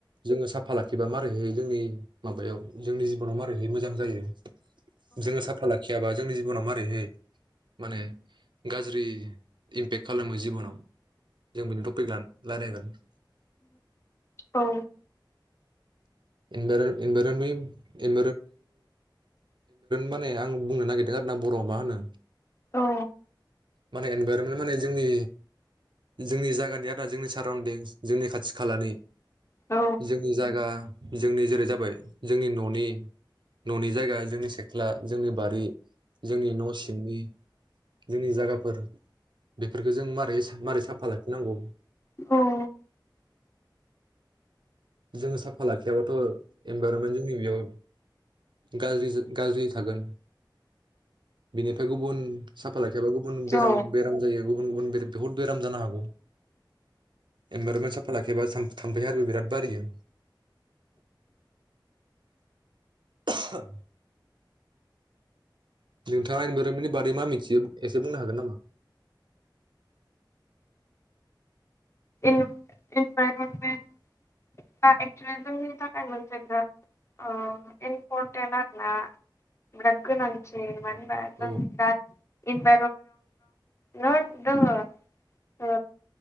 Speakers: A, on the right (about 70°); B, on the left (about 35°).
A: जोङो साफा लाखि एबा मारैहै जोंनि माबायाव जोंनि जिबनाव मारैहै मोजां जायो? जोङो साफा लाखियाबा जोंनि जिबना मारैहै माने गाज्रि इमपेक्ट खालामो जिबनाव। जों बिनि टपिक लाना रायलायगोन। <inaudible>
B: औ
A: इनभाररमेन्ट माने मा आं बुंनो नागिरदों आरो ना बर'आव मा होनो।
B: औ
A: माने एनभाइरनमेन्ट माने जोंनि जोंनि जायगानि आरो जोंनि साराउन्दिं जोंनि खाथि खालानि
B: औ
A: जोंनि जायगा जोंनि जेरै जाबाय जोंनि न'नि न'नि जायगा जोंनि सेख्ला जोंनि बारि जोंनि न' सिंनि जोंनि जायगाफोर बेफोरखौ जों मारै मारै साफा लाखिनांगौ
B: औ
A: जोङो साफा लाखियाबा ओ इनभाइरनमेन्टनि नै बेयाव गाज्रि गाज्रि थागोन बिनिफ्राय गुबुन साफा लाखायाबा गुबुन बेराम
B: औ
A: बेराम जायो। गुबुन गुबुन बिरा बहुद बेराम जानो हागौ इनभाइरनमेन्ट साफा लाखैबा थाम्फै आरो बिराद बारियो <unintelligible> नोंथाङा इनभाइरमेन्टनि बादै मा मिथियो एसे बुंनो हागोन नामा?
B: इन-इनभाइरनमेन्टा एक्सलि जोंनि थाखाय मोनसे बिराद ओ इम्परटेन्ट आरो ना बिराद गोनांथि माने
A: औ
B: <unintelligible> नट दोङो ओ